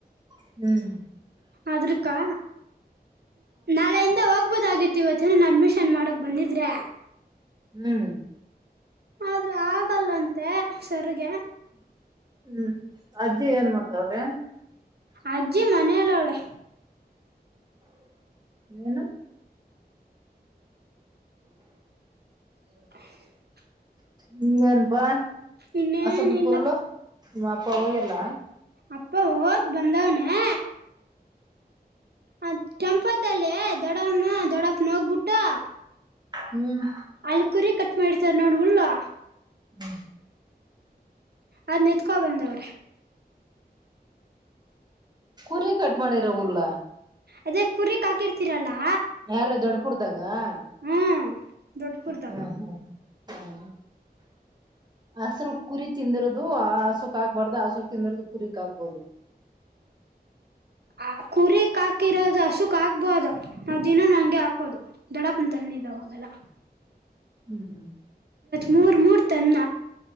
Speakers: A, on the right; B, on the right.
A: ಹ್ಮ್
B: ಅದರುಕ್ಕಾ ನಾಳೆಯಿಂದ ಓಗ್ ಹಗ್ಬೋದಾಗಿತ್ತು ಇವತ್ ಹೇಳ ನಾ ಅಡ್ಮಿಷನ್ ಮಾಡಕ್ ಬಂದಿದ್ರೆ
A: ಹ್ಮ್
B: ಆದ್ರೆ ಆಗಲ್ಲಂತೆ ಸರ್ಗೆ
A: ಹ್ಮ್ ಅಜ್ಜಿ ಏನ್ ಮಾಡ್ತಾವ್ರೆ
B: ಅಜ್ಜಿ ಮ ಮೇಲ್ ಅವಳೆ
A: ಹ್ಮ ನು
B: <inaudible>
A: ಹ್ಮ್ ಏನಪಾ
B: ಇನ್ನೇನಿಲ್ಲ
A: ಆಸ ಬ ಕೋಡ್ಲು ನಿಮ್ಮ ಅಪ್ಪ ಹೋಗಿಲ್ಲ
B: ಅಪ್ಪ ಓದ್ ಬಂದಾವನೆ ಅ ಕೆೆಂಪದಲ್ಲೆ ದೊಡ್ಡವ್ನು ದೊಡ್ಡಪ್ಪನು ಹೋಗಬಿಟ್ಟು
A: ಹ್ಮ್
B: ಅಲ್ ಕುರಿ ಕಟ್ ಮಾಡಿರ್ತಾರ ನೋಡ್ ಉಲ್ಲು
A: ಹ್ಮ
B: ಅದನ್ ಏತ್ಕೊ ಬಂದವ್ರೆ
A: ಕುರಿ ಕಟ್ ಮಾಡಿರವುಲ್ಲಾ
B: ಅದೇ ಕುರಿಕ್ ಹಕಿರ್ತಿರಲ್ಲಾ
A: ಎಲ್ಲ ದೊಡ್ಡ್ ಕುರ್ದಗ್ ಹಾ
B: ಹ್ಮ್ ದೊಡ್ಡಪುರ್ದಾಗ
A: ಹ್ಮ ಹ್ಮ ಹ ಅಸಲ್ ಕುರಿ ತಿಂದಿರದು ಆಸು ಹಾಕ್ಬಾರ್ದ ಆಸತಿ ನಿರ್ದ ಕುರಿಕ್ ಹಾಕ್ಬೋದು
B: ಆ ಕುರಿಕ್ ಹಾಕಿರೋದು ಹಸುಖ ಹಾಕ್ಬೋದು ನ ದಿನಾನ ಹಂಗೆ ಹಾಕೋದು ದೊಡ್ಡಪ್ಪನ ತಂದಿದ್ದಾವಾಗೆಲ್ಲ
A: ಹ್ಮ್
B: ಮೂರ್ ಮೂರ್ ತನ್ನ